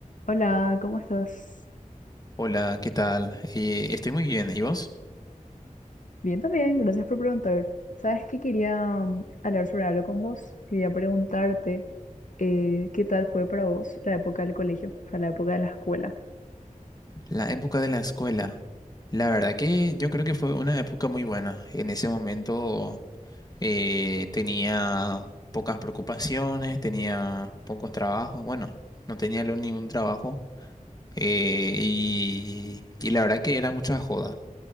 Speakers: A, on the left; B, on the left.
A: Hola, ¿cómo estás?
B: Hola, ¿qué tal? Eh, estoy muy bien. ¿Y vos?
A: Bien también, gracias por preguntar. Sabes que quería mm, hablar sobre algo con vos. Quería preguntarte eh, qué tal fue para vos la época del colegio, o sea, la época de la escuela.
B: La época de la escuela. La verdad que yo creo que fue una época muy buena. En ese momento eh, tenía pocas preocupaciones, tenía pocos trabajos. Bueno, no tenía lo- ningún trabajo. eh, y, y la verdad que era mucha joda.